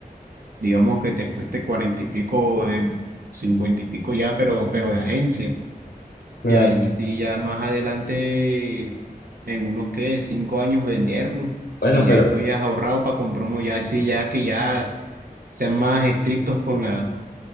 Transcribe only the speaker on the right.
digamos que te cueste cuarenta y pico, de cincuenta y pico ya, pero, pero de agencia.
Y ahí sí, ya más adelante, en unos que cinco años venderlo,
que ya
tú hayas ahorrado para comprar uno, ya sí, ya que ya sean más estrictos con la,